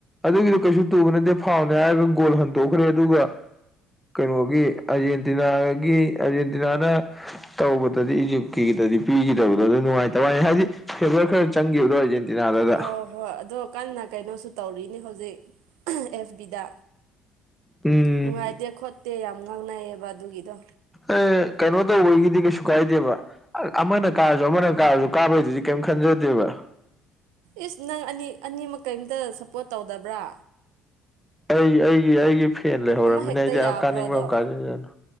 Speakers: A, in the centre; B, on the right.
A: ꯑꯗꯨꯒꯤꯗꯨ ꯀꯩꯁꯨ ꯇꯨꯕ ꯅꯠꯇꯦ ꯐꯥꯎꯟꯅꯦ ꯍꯥꯏꯔꯒ ꯒꯣꯜ ꯍꯟꯗꯣꯛꯈ꯭ꯔꯦ ꯑꯗꯨꯒ ꯀꯩꯅꯣꯒꯤ ꯑꯔꯖꯦꯟꯇꯤꯅꯥꯒꯤ ꯑꯔꯖꯦꯟꯇꯤꯅꯥꯅ ꯇꯧꯕꯗꯗꯤ ꯏꯖꯤꯞꯀꯤꯗꯗꯤ ꯄꯤꯒꯤꯗꯕꯗꯣ ꯑꯗꯨ ꯅꯨꯡꯉꯥꯏꯇꯕꯥꯏ ꯋꯥꯅꯤ ꯍꯥꯏꯗꯤ ꯐꯦꯕꯔ ꯈꯔ ꯆꯪꯈꯤꯕꯗꯣ ꯑꯔꯖꯦꯟ ꯇꯤꯅꯥ ꯗꯥꯗ
B: ꯍꯣꯏ ꯍꯣꯏ ꯑꯗꯣ ꯀꯟꯅ ꯀꯩꯅꯣꯁꯨ ꯇꯧꯔꯤꯅꯤ ꯍꯧꯖꯤꯛ ꯑꯦꯐ ꯕꯤ ꯗ
A: ꯎꯝ
B: ꯅꯨꯡꯉꯥꯏꯇꯦ ꯈꯣꯠꯇꯦ ꯌꯥꯝ ꯉꯥꯡꯅꯩꯌꯦꯕ ꯑꯗꯨꯒꯤꯗꯣ
A: ꯑꯦ ꯀꯩꯅꯣ ꯇꯧꯕꯒꯤꯗꯤ ꯀꯩꯁꯨ ꯀꯥꯏꯗꯦꯕ ꯑꯃꯅ ꯀꯥꯔꯁꯨ ꯑꯃꯅ ꯀꯥꯔꯁꯨ ꯀꯥꯕꯩꯗꯨꯗꯤ ꯀꯩꯝ ꯈꯟꯖꯗꯦꯕ
B: ꯏꯁ ꯅꯪ ꯑꯅꯤ ꯑꯅꯤꯃꯛ ꯀꯔꯤꯝꯇ ꯁꯞꯄꯣꯔꯠ ꯇꯧꯗꯕ꯭ꯔꯥ
A: ꯑꯩ ꯑꯩꯒꯤ ꯑꯩꯒꯤ ꯐꯦꯟ ꯂꯩꯍꯧꯔꯃꯤꯅ
B: ꯑꯃ ꯍꯦꯛꯇ
A: ꯑꯩꯗꯤ
B: ꯌꯥꯕ꯭ꯔꯣ
A: ꯑꯥ ꯀꯥꯅꯤꯡꯕ
B: ꯑꯗꯣ
A: ꯑꯃ ꯀꯥꯁꯡꯖꯁꯅꯨ